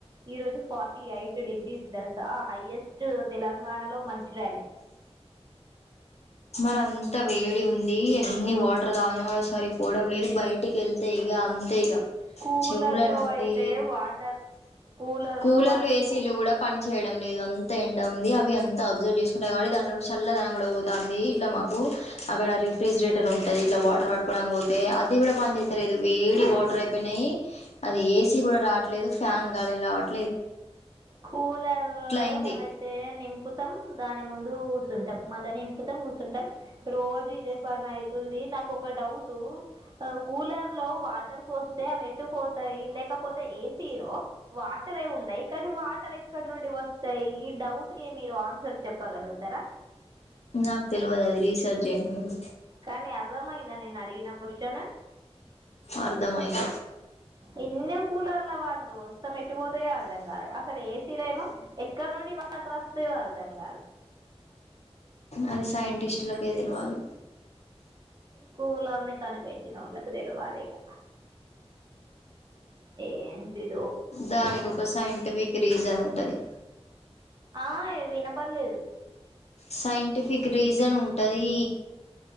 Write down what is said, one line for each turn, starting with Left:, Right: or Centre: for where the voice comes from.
Right: ఈ రోజు ఫార్టీ ఎయిట్ డిగ్రీస్ తెలుసా హైయెస్ట్ తెలంగాణలో మంచిర్యాలే
Left: మరి అంత వేడి ఉంది ఎన్ని వాటర్ తాగిన కూడా సరిపోవడం లేదు బయట టికెళ్తే ఇక అంతే ఇక
Right: కూలర్
Left: చెవుల
Right: లో
Left: నుండి
Right: అయితే వాటర్ కూలర్
Left: కూలర్లు
Right: లో వాటర్
Left: ఏసీలు
Right: పో
Left: కూడా పని చేేయడం లేదు అంత ఎండ ఉంది అవి అంత అబ్సర్వ్ చేసుకుంటయి కాబటి దాట్లో చల్లదనం కూడా పోతంది ఇట్ల మాకు కు అక్కడ రిఫ్రిజిరేటర్ ఉం అది ఇట్లా వాటర్ పట్టుకోవడానికి పోతే అది కూడా పని చేస్తాలేదు వేడి వాటర్ అయిపోయినాయి అది ఏసీ కూడా రాట్లేదు ఫ్యాన్ గాలి రావట్
Right: కూలరు
Left: అయింది
Right: మేమైతే నింపుతం దాని ముందు కూర్చుంటాం మళ్ళా నింపుతాం కూర్చుంటాం రోజు ఇదే పని అయి తుంది నాకు ఒక డౌటు కూలర్ లో వాటర్ పోస్తే అవెట్టు పోతాయి లేకపో పోతే ఏసీ లో వాటర్ ఏ ఉం కానీ వాటర్ ఎక్కడ నుండి వస్తాయి ఈ డౌట్ కి మీరు ఆన్సర్ చెప్పగలుగుతార
Left: నాకు తెలివదు అది రీసర్చ్ చేయండి మీరు
Right: కానీ అర్థమయిందా నేను అడిగిన కొశన్
Left: అర్థమైన్
Right: ఎన్నో కూలర్ల వాటర్ వస్తాం ఎట్టుపోతాయో అర్థం కాదు అసలు ఏసీలో ఏమో ఎక్కడ నుండి వా టరస్తయో అర్థం కాదు
Left: అది సైంటిస్టులకే తెలివాలే
Right: కూలర్ ని కనిపెట్టినోళ్ళకి తెలివాలి ఇంక ఏంటిద్
Left: దానికి ఒక సైంటిఫిక్ రీజన్ ఉంటది
Right: ఆ ఏ వినపడలేదు
Left: సైంటిఫిక్ రీజన్ ఉంటది.